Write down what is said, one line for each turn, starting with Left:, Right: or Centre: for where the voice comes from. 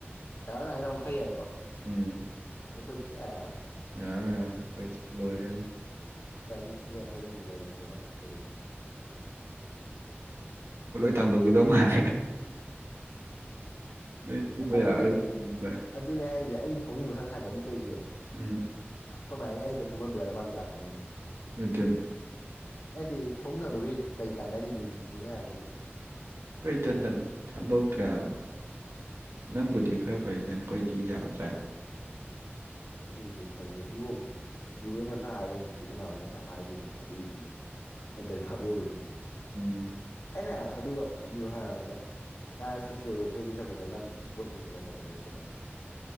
Left: ꯇꯃꯣꯅ ꯍꯥꯏꯅ ꯑꯃꯨꯛꯈ ꯌꯥꯏꯀꯣ
Right: ꯎꯝ
Left: ꯑꯩꯈꯣꯏꯗꯤꯁꯨꯛ ꯌꯥ
Right: ꯌꯥꯔꯔꯣꯏ ꯌꯥꯔꯔꯣꯏ ꯀꯣꯏ ꯂꯣꯏꯔꯦꯅ
Left: ꯆꯄ꯭ꯔꯥꯏꯕꯤꯁꯤ ꯑꯟꯏꯟꯇꯦꯜꯂꯤꯖꯦꯕꯜ
Right: ꯇꯥꯡꯗꯧꯈꯤꯗꯧ ꯃꯥ ꯅꯣꯏ ꯊꯨꯕ
Left: ꯑꯗꯨ
Right: ꯌꯥꯔꯣꯏꯅ
Left: ꯑꯗꯨꯅꯦ ꯑꯗꯨ ꯑꯗꯨ ꯅꯏꯖ ꯑꯩ ꯐꯃꯨꯡꯕꯊꯛ ꯁꯥꯒꯠꯅꯤ ꯇꯧꯔꯤꯁꯦ
Right: ꯎꯝ
Left: ꯀꯃꯥꯏꯅ ꯑꯩ ꯏꯈꯤꯇꯪ ꯊꯨꯝꯍꯟꯕꯤ ꯌꯥꯔꯒ ꯃꯥꯁꯨ ꯂꯥꯛꯀꯅꯤ
Right: ꯃꯠꯇꯅꯤ
Left: ꯑꯩꯗꯤ ꯊꯣꯡꯅꯥꯪꯗꯩ ꯀꯩ ꯀꯥꯟꯅꯔꯤꯒꯦꯁꯤꯅꯦꯅ ꯍꯥꯏꯕꯗꯤ
Right: ꯀꯩꯇꯟꯇ ꯊꯥꯗꯣꯛꯇ꯭ꯔꯦꯕ ꯅꯪꯕꯨꯗꯤ ꯈꯔ ꯐꯩ ꯅꯦꯛꯛꯄꯩꯗꯤ ꯌꯥꯗ꯭ꯔꯦꯕ
Left: ꯑꯗꯨꯁꯨ ꯐꯩꯌꯦ ꯏꯧ ꯆꯤꯆꯤ ꯑꯣꯏꯅ ꯈꯔ ꯍꯥꯏꯕꯩꯅꯤ ꯆꯤꯗꯅꯥ ꯑꯣꯏꯅ ꯈꯔ ꯍꯥꯏꯕꯩꯅꯤ ꯊꯥꯗꯣꯛꯏꯁꯤꯁꯨ ꯅꯇꯩ ꯊꯥꯗꯣꯛꯎꯔꯣꯏ ꯑꯗꯨꯝ
Right: ꯎꯝ
Left: ꯑꯩꯅ ꯑꯗꯨꯒ ꯑꯗꯨ ꯍꯥꯏꯔꯒ ꯅꯍ ꯁꯣꯁꯦꯜ ꯋꯦꯜꯐꯤꯌꯥꯔꯒꯤ ꯆꯠꯄꯗ ꯅꯪ ꯕꯣꯠ ꯂꯦꯞ ꯀꯔ ꯇꯧꯈꯠꯂꯦꯞ ꯈꯣꯠꯕꯥꯅ <inaudible>